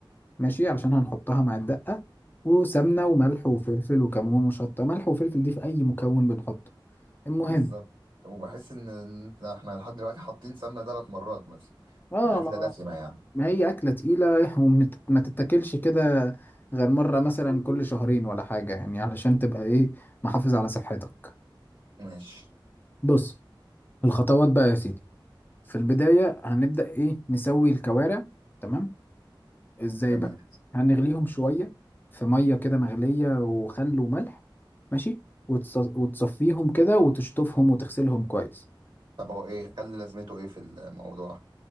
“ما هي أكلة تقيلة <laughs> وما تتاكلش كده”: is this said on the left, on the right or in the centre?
Left